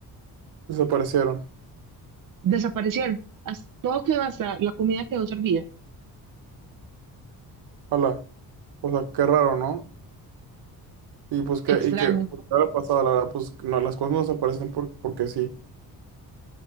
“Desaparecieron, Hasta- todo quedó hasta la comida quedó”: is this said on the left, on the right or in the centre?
Right